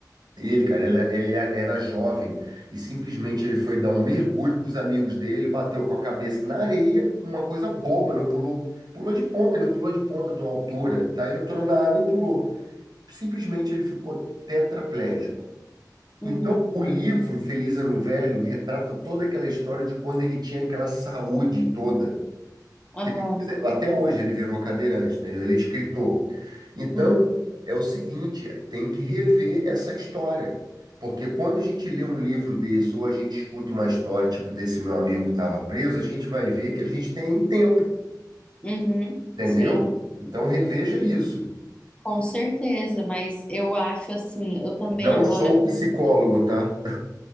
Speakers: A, on the right; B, on the left.
A: Ele, cara, ele, é, ele é, era jovem e simplesmente ele foi dar um mergulho com os amigos dele, ele bateu com a cabeça na areia, uma coisa boba, não pulou, pulou de ponta, ele não pulou de ponta de uma altura, tá? Entrou na água e pulou. Simplesmente ele ficou tetraplégico.
B: Uhum,
A: Então, o livro Feliz Ano Velho retrata toda aquela história de quando ele tinha aquela saúde toda,
B: aham,
A: porque depois, até hoje ele virou cadeirante, entendeu? Ele é escritor. Então,
B: uhum,
A: é o seguinte, é, tem que rever essa história. Porque quando a gente lê um livro desse, ou a gente escuta uma história, tipo desse meu amigo que estava preso, a gente vai ver que a gente tem tempo,
B: uhum,
A: entendeu?
B: sim,
A: Então reveja isso.
B: com certeza, mas eu acho assim, eu também
A: Não
B: agora,
A: sou psicólogo, tá?